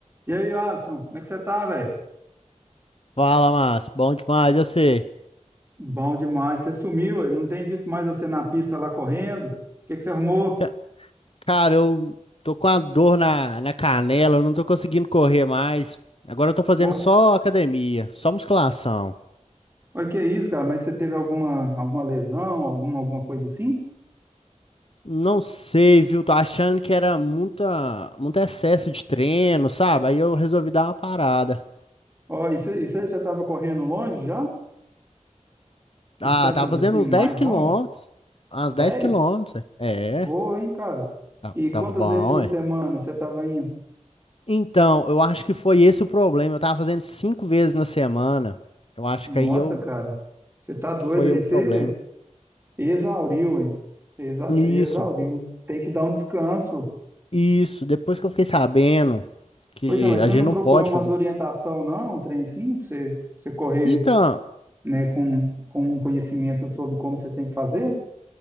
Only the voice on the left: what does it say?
Fala, Márcio. Bom demais, eu sei.
Ca- Cara, eu tô com a dor na, na canela, eu não tô conseguindo correr mais. Agora eu tô fazendo
só academia, só musculação.
Não sei, viu? Tô achando que era muita, muito excesso de treino, sabe? Aí eu resolvi dar uma parada.
Ah, tava fazendo
uns
10 quilômetros.
Uns
10 quilômetros. É,
É,
tá-
tava
bom,
é.
Então, eu acho que foi esse o problema. Eu tava fazendo cinco vezes na semana. Eu acho
que aí eu
que foi
o
problema.
Isso,
isso. Depois que eu fiquei sabendo que
a
gente
não
pode
fazer.
Então,